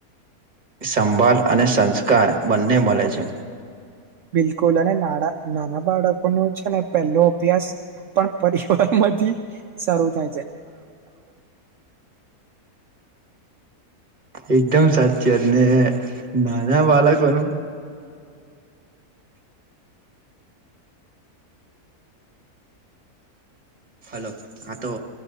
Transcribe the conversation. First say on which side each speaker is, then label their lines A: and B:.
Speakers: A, on the right; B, on the right.
A: સંભળ અને સંસ્કાર બન્ને મળે છે.
B: બિલકુલ અને નાના નાના બાળકો ન છે ને પેલો અભ્યાસ પણ પરિવાર માંથી સરું થાય છે.
A: એકદમ સાચી અને નાના બાળકોનું હલો આ તો